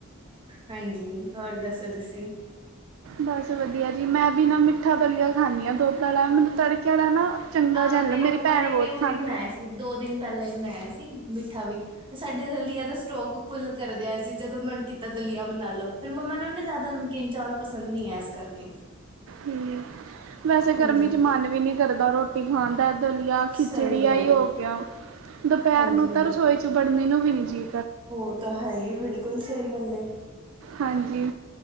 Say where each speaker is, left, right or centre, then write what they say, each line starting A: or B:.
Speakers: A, on the right (about 25°); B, on the right (about 70°).
A: ਹਾਂਜੀ, ਹੋਰ ਦੱਸੋ ਤੁਸੀਂ?
B: ਬਸ ਵਧੀਆ ਜੀ। ਮੈਂ ਵੀ ਬਿਨਾ ਮਿੱਠਾ ਦਲੀਆ ਖਾਂਦੀ ਹਾਂ ਦੁਧ ਆਲਾ ਮੈਨੂੰ ਤੜਕੇਆ ਨਾ ਚੰਗਾ
A: ਅਹ
B: ਜਿਹਾ
A: ਮੇਰੀ
B: ਨੀ ਲੱਗਦਾ
A: ਮੰਮਾ
B: ਭੈਣ
A: ਨੇ
B: ਬਹੁਤ
A: ਵੀ ਹੁਣ
B: ਖਾਂਦੀ
A: ਹੀ ਬਣਾਇਆ ਸੀ, ਦੋ ਦਿਨ ਪਹਿਲਾਂ ਹੀ ਬਣਾਇਆ ਸੀ, ਮਿੱਠਾ ਵੀ। ਸਾਡੇ ਦਲੀਆ ਦਾ ਸਟੋਕ ਫੁੱਲ ਕਰਦੇ ਆ ਅਸੀ। ਜਦੋਂ ਮਨ ਕੀਤਾ ਦਲੀਆ ਬਣਾ ਲਓ। ਫਿਰ ਮੰਮਾ ਨੂੰ ਨਾ ਜ਼ਿਆਦਾ ਨਮਕੀਨ ਚਾਵਲ ਪਸੰਦ ਨਹੀਂ ਹੈ ਇਸ ਕਰਕੇ।
B: ਹਮਮ! ਵੈਸੇ
A: ਹਾਂਜੀ
B: ਗਰਮੀ ਚ ਮਨ ਵੀ ਨੀ ਕਰਦਾ ਰੋਟੀ- ਖਾਂਦਾ ਦਲੀਆ,
A: ਸਹੀ
B: ਖਿਚੜੀ
A: ਗੱਲ
B: ਏਹੀ
A: ਹੈ
B: ਹੋ ਗਿਆ। ਦੁਪਹਿਰ
A: ਹਾਂਜੀ
B: ਨੂੰ
A: ਹਾਂਜੀ
B: ਤਾਂ ਰਸੋਈ ਚ ਬੜਨ ਨੂੰ ਵੀ ਨਹੀਂ ਜੀ
A: ਉਹ ਤਾਂ ਹੈ ਹੀ ਹੈ। ਬਿਲਕੁਲ ਸਹੀ ਗੱਲ ਹੈ।
B: ਹਾਂਜੀ